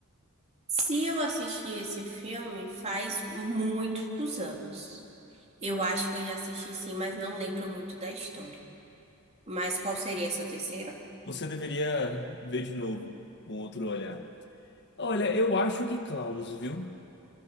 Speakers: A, on the right (about 30°); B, on the left (about 50°).
A: Se eu assisti esse filme faz muitos anos. Eu acho que eu já assisti sim, mas não lembro muito da história. Mas qual seria seu terceiro?
B: você deveria ver de novo, com outro olhar. Olha, eu acho que Klaus, viu?